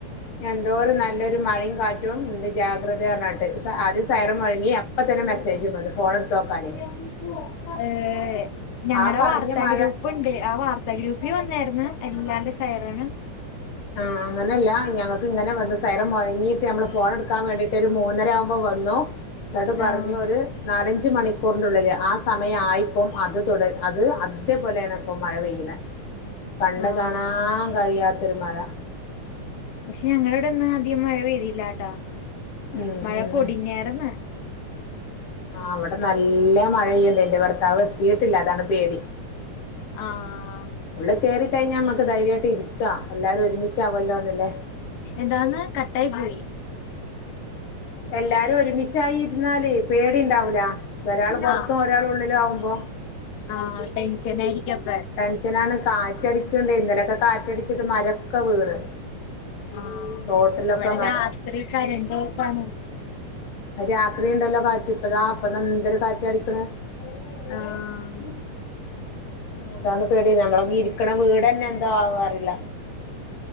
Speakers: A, on the left (about 55°); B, on the left (about 80°).
A: എന്തോരു നല്ലൊരു മഴയും കാറ്റു ഏറ്റവും ഉണ്ട് ജാഗ്രതാ അർണാട്ട് സ ആദ്യം സൈറം മുഴങ്ങി അപ്പ തന്നെ
B: ഏഹ്
A: മെസ്സേജും വന്നു ഫോണ് ഇട്ത്തോക്കാനേ
B: <unintelligible> ഏഹ് ഞങ്ങളെ
A: ആ പറഞ്ഞ
B: വാർത്താ
A: മഴ
B: ഗ്രൂപ്പ്ണ്ട് ആ വാർത്ത ഗ്രൂപ്പിൽ വന്നായിരുന്നു എല്ലാണ്ട് സൈറനും
A: ആഹ് അങ്ങനെല്ല ഞങ്ങക്ക് ഇങ്ങനെ വന്ന് സൈറം മൊഴങ്ങിയിട്ട് ഞമ്മളെ ഫോൺ എട്ക്കാൻ വേണ്ടിയിട്ട് ട്ടൊരു മൂന്നര ആവുമ്പോ വന്നു ന്നെട്ട് പറഞ്ഞു
B: ആഹ്
A: ഒര് നാലഞ്ച് മണിക്കൂറിന്റെ ഉള്ളില് ആ സ സമയായിപ്പം അത് ത്തൊടര് അത് അതേപോലെയാണ് ഇപ്പം മഴ പെയ്യുന്നെ കണ്ണ്
B: ആഹ്
A: കാണാ ആൻ കഴിയാത്തൊരു മഴ
B: പക്ഷെ ഞങ്ങളെ ഇവിടെ ഇന്ന് അധികം മഴ പെയ്തിയില്ലാട്ടാ
A: ഉം
B: മഴ
A: ഉം
B: പൊടിഞ്ഞേറ്ന്ന്
A: ആഹ് ഇവിടെ നല്ല മഴയെയ്ണ്ട് ഇന്റെ ഭർത്താവ് എത്തിയിട്ടില്ല അതാണ് പേടി
B: ആഹ്
A: ഉള്ളള് കേറി കഴിഞ്ഞാ അമ്മക്ക് ധൈര്യായിട്ട് ഇരിക്കാം എല്ലാരും ഒരുമിച്ചാവല്ലോന്നില്ലേ
B: എന്താന്ന് കട്ടായി പോയി
A: എല്ലാരും ഒരുമിച്ചായി ഇരുന്നാല് പേടി ഇണ്ടാവൂല തൊഒരാൾ
B: ആഹ്
A: പുറത്തും ഒരാൾ ഉള്ളിലും ആവുമ്പോ
B: ആഹ് ടെൻഷനേയിരിക്കപ്പെ
A: ടെൻഷനാണ് കാറ്റടിക്ക്ണ്ടെയ് ഇന്നലൊക്കെ കാറ്റടിച്ചിട്ട് മരൊക്കെ വീണ്
B: ആഹ്
A: തോട്ടിലൊക്കെ
B: ഇവിടെ രാത്രി കരണ്ട് പോക്കാണ്
A: അഹ് രാത്രി ഇണ്ടല്ലോ കാറ്റ് ഇപ്പതാ ഇപ്പം എന്തൊരു കാറ്റ് അടിക്ക്ണ്
B: ആഹ്
A: അതാണ് പേടി നമ്മള് ഇരിക്ക്ണെ വീടെ ഞ്ഞ് എന്തൊ ആവാ അറീല